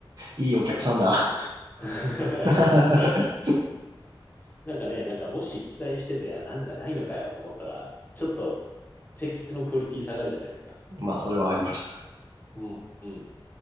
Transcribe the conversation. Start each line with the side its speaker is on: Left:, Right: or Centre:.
Right: ー、いいお客さんだ。
Left: <laughs>
Right: <laughs>
Left: なんかね、なんかもし期待してて、あ、なんだ、ないのかよと思ったら、ちょっと接客のクオリティ下がるじゃないですか。
Right: まあ、それはあります。
Left: うん。うん。